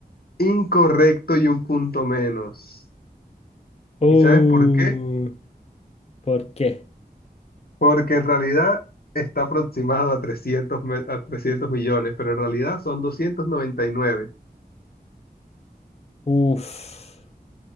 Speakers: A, on the left; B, on the left.
A: incorrecto y un punto menos.
B: Uh,
A: ¿Y sabes por qué?
B: ¿por qué?
A: Porque en realidad está aproximado a trescientos me- a 300 millones, pero en realidad son doscientos doscientos noventa noventa y nueve.
B: Uf,